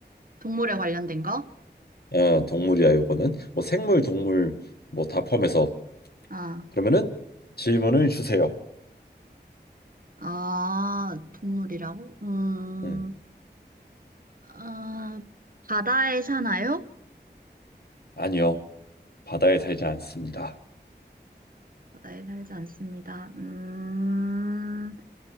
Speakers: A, on the right; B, on the left.
A: 동물에 관련된 거?
B: 어, 동물이야. 요거는 뭐 생물, 동물 뭐 다 포함해서
A: 아,
B: 그러면은 질문을 주세요.
A: 아, 동물이라고? 음,
B: 응.
A: 어, 바다에 사나요?
B: 아니요. 바다에 살지 않습니다.
A: 바다에 살지 않습니다. 음,